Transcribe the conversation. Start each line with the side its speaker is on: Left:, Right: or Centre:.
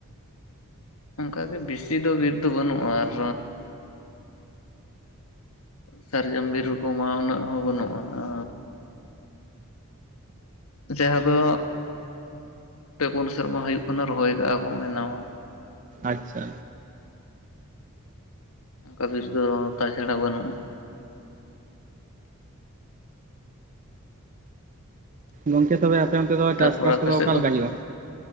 Left: ᱚᱱᱠᱟᱜᱮ ᱵᱮᱥᱤ ᱫᱚ ᱵᱤᱨ ᱫᱚ ᱵᱟᱹᱱᱩᱜᱼᱟ ᱟᱨ ᱥᱟᱨᱡᱚᱢ ᱵᱤᱨ ᱠᱚᱢᱟ ᱩᱱᱟᱹᱜ ᱦᱚᱸ ᱵᱟᱹᱱᱩᱜᱼᱟ ᱡᱟᱦᱟᱸ ᱫᱚ ᱯᱮ ᱯᱩᱱ ᱥᱮᱨᱢᱟ ᱦᱩᱭᱩᱜ ᱠᱟᱱᱟ ᱨᱚᱦᱚᱭ ᱠᱟᱜᱼᱟ ᱠᱚ ᱱᱟᱣᱟ ᱾
Right: ᱟᱪᱪᱷᱟ
Left: ᱚᱠᱟ ᱵᱤᱨ ᱫᱚ ᱛᱟᱪᱷᱟᱲᱟ ᱵᱟᱹᱱᱩᱜᱼᱟ
Right: ᱜᱚᱢᱠᱮ ᱛᱚᱵᱮ ᱟᱯᱮ ᱚᱱᱛᱮ ᱫᱚ
Left: ᱛᱟᱨᱯᱚᱨᱮ
Right: ᱪᱟᱥᱵᱟᱥ
Left: ᱟᱯᱮ
Right: ᱠᱚᱫᱚ
Left: ᱥᱮᱫ
Right: ᱚᱠᱟ
Left: ᱫᱚ
Right: ᱞᱮᱠᱟ ᱦᱩᱭᱩᱜᱼᱟ